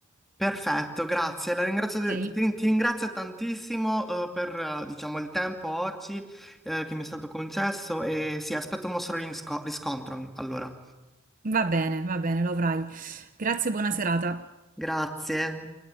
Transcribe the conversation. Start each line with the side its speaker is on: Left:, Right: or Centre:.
Centre: Perfetto, grazie. La ringrazio-
Right: Ok?
Centre: ti, ti ringrazio tantissimo, eh, per, eh, diciamo, il tempo oggi, eh, che mi è stato concesso e sì, aspetto un vostro rinsco- riscontro. Allora,
Right: Va bene, va bene, lo avrai. Grazie, e buona serata.
Centre: grazie.